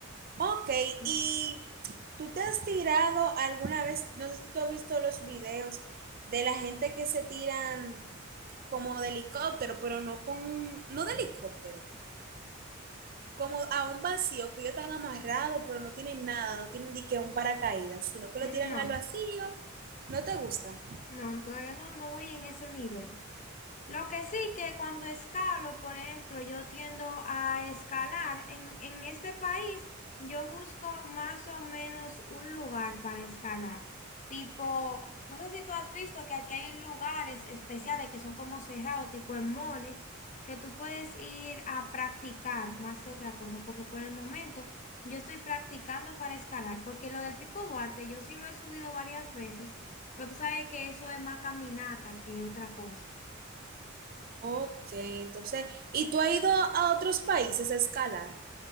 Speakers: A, on the right (about 45°); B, on the left (about 35°).
A: Ok,
B: Mm.
A: y tú te has tirado alguna vez, no sé si tú has visto los videos de la gente que se tiran como de helicóptero, pero no con un, no de helicóptero, como a un vacío que ellos están amarrados, pero no tienen nada, no tienen ni que un paracaídas, sino que lo
B: No,
A: tiran al vacío. ¿No te gusta?
B: no, todavía no, no voy en ese nivel. Lo que sí que cuando escalo, por ejemplo, yo tiendo a escalar. En, en este país yo busco más o menos un lugar para escalar. Tipo, no sé si tú has visto que aquí hay lugares especiales que son como cerrados, tipo en moles, que tú puedes ir a practicar más que otra cosa, porque por el momento yo estoy practicando para escalar, porque lo del Pico Duarte yo sí lo he subido varias veces, pero tú sabes que eso es más caminata que otra cosa.
A: Ok, entonces, ¿y tú has ido a otros países a escalar?